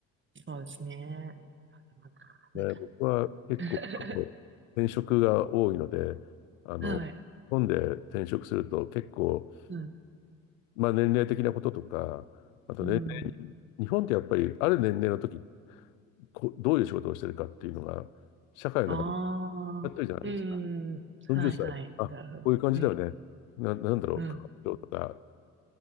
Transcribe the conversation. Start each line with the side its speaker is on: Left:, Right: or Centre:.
Right: そうですね。あでもな、
Left: ね、
Right: なんか、
Left: 僕は結構
Right: <laughs>
Left: 転職が多いので、あの、
Right: はい。
Left: 日本で転職すると結構、
Right: うん。
Left: まあ年齢的なこととか、あと年齢、
Right: うん。
Left: 日本ってやっぱりある年齢の時、こどういう仕事をしてるかっていうのが、社会の中で
Right: あ
Left: やってるじゃないですか。
Right: あ。うん。
Left: 40歳、
Right: はいはい。
Left: あ、
Right: なるほど。
Left: こういう感じだよね。
Right: うん。
Left: な、なんだろう、
Right: うん。
Left: とか